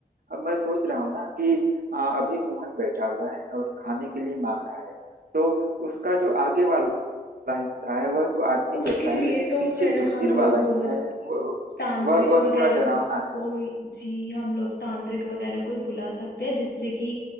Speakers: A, on the right; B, on the left.
A: अब मैं सोच रहा हूँ ना कि आ, अभी मोहन बैठा हुआ है और खाने के लिए मांग रहा है तो उसका जो आगे वाला हिस्सा है वह तो आदमी
B: उसके
A: जैसा
B: लिए
A: है लेकिन
B: तो
A: पीछे
B: फिर
A: जो
B: हम
A: सिर
B: लोग
A: वाला हिस्सा है वह
B: तांत्रिक
A: वह वह
B: वगैरह
A: थोड़ा डरावना है
B: को जी हम लोग तांत्रिक वगैरह को ही बुला सकते हैं जिससे कि